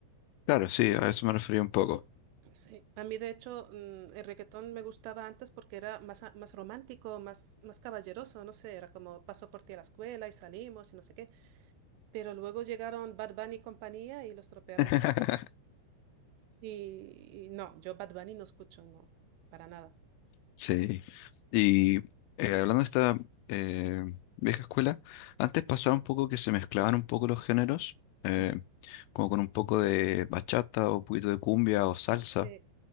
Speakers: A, on the left; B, on the right.
A: Claro, sí, a eso me refería un poco.
B: Sí, a mí de hecho mm, el reggaetón me gustaba antes porque era más, a- más romántico, más, más caballeroso, no sé, era como paso por ti a la escuela y salimos y no sé qué. Pero luego llegaron Bad Bunny y compañía y lo estropearon.
A: <laughs>
B: todo. Y, y no, yo Bad Bunny no escucho, no, para nada.
A: Sí. Y eh, hablando de esta eh, vieja escuela, antes pasaba un poco que se mezclaban un poco los géneros, eh,
B: Ujú.
A: como con un poco de bachata o un poquito de cumbia o salsa.
B: Sí,